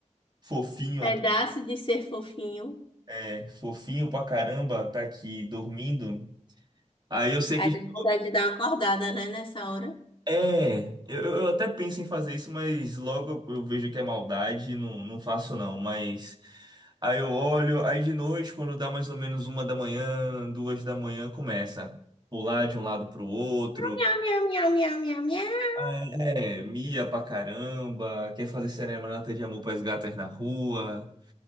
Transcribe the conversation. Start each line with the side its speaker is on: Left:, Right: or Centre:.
Right: fofinho
Left: Pedaço
Right: aqui,
Left: de ser fofinho.
Right: é, fofinho pra caramba, tá aqui dormindo. Aí eu sei
Left: Aí
Right: que.
Left: tem vontade de dar uma acordada, né, nessa hora.
Right: É, eu, eu até penso em fazer isso, mas logo eu eu vejo que é maldade e não, não faço não. Mas aí eu olho, aí de noite, quando dá mais ou menos uma da manhã, duas da manhã, começa a pular de um lado pro outro.
Left: Miau, miau, miau, miau, miau, miau.
Right: Aí, É, mia pra caramba, quer fazer serenata de amor pras gatas na rua.